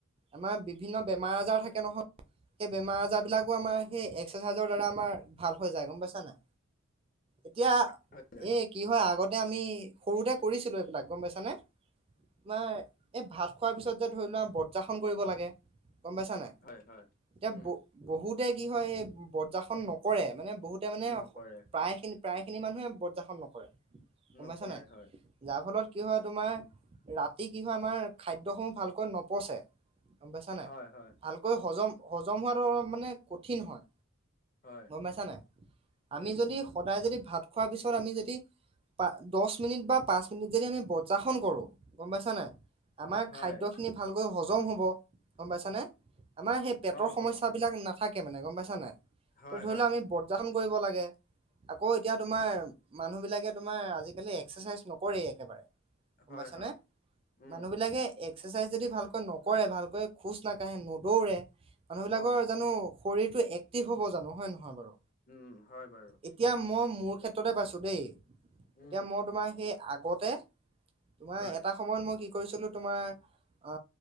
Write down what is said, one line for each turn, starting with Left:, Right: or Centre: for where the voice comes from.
Right: আমাৰ বিভ বিভিন্ন বেমাৰ আজাৰ
Left: হয়
Right: থাকে নহয়। সেই বেমাৰ আজাৰবিলাকো আমাৰ সেই এক্সাৰচাইজৰ দ্বাৰা আমাৰ ভাল হৈ যায় গ'ম পাইছা নাই। এতিয়া,
Left: হয়
Right: এই কি হয় আগতে আমি সৰুতে কৰিছিলোঁ এইবিলাক গ'ম পাইছানে। তোমাৰ এই ভাত খোৱাৰ পিছত যে ধৰি লোৱা বত যাসন কৰিব লাগে। গম পাইছা নাই
Left: হয় হয়।
Right: এতিয়া
Left: উম
Right: ব-বহুতে কি হয় এই বজ্ৰাসন নকৰে মানে বহুতে মানে
Left: নকৰে
Right: প্ৰায় খিনি প্ৰায়খিনি মানুহে বজ্ৰাসন নকৰে, গ'ম
Left: নকৰে
Right: পাইছা নাই।
Left: হয়
Right: যাৰ ফলত কি হয় তোমাৰ, ৰাতি কি হয় আমাৰ খাদ্যসমূহ ভালকৈ নপচে। গ'ম পাইছা নাই,
Left: হয় হয়
Right: ভালকৈ হজম-হজম হোৱাধৰন মানে কঠিন হয়।
Left: হয়
Right: গ'ম পাইছা নাই। আমি
Left: উম
Right: যদি সদায় যদি ভাত খোৱাৰ পিছত আমি যদি পা-দশ মিনিট বা পাঁচ মিনিট যদি আমি বজ্ৰাসন কৰোঁ। গ'ম পাইছা নাই, আমাৰ
Left: হয়
Right: খাদ্যখিনি ভালকৈ হজম হ'ব, গ'ম পাইছানে। আমাৰ সেই পেটৰ
Left: অ
Right: সমস্যা
Left: অ
Right: বিলাক নাথাকে মানে গ'ম পাইছা নাই,
Left: হয়
Right: ধৰি
Left: হয়
Right: লোৱা আমি বজ্ৰাস <unintelligible> কৰিব লাগে। আকৌ এতিয়া তোমাৰ মানুহবিলাকে তোমাৰ আজিকালি এক্সাৰচাইজ নকৰেই একেবাৰে। গ'ম
Left: হয়
Right: পাইছানে,
Left: হয় উম
Right: মানুহবিলাকে এক এক্সাৰচাইজ যদি ভালকৈ নকৰে, ভালকৈ খোজ নাকাঢ়ে, নদৌৰে মানুহবিলাকৰ
Left: অ
Right: জানো শৰীৰটো এক্টিভ হ'ব জানো হয় নহয় বাৰু।
Left: উম, হয় বাৰু।
Right: এতিয়া মই মোৰ ক্ষেত্ৰতে পাইছো দেই, এতিয়া
Left: উম
Right: মই তোমাৰ সেই আগতে তোমাৰ
Left: হয়
Right: এটা সময়ত মই কি কৰিছিলো তোমাৰ, আ,